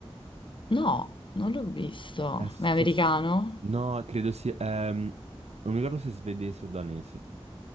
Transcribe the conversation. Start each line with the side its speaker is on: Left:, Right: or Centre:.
Left: No, non l'ho visto.
Right: Eh, sto
Left: Ma è americano?
Right: f- No, credo sia... ehm, non mi ricordo se è svedese o danese.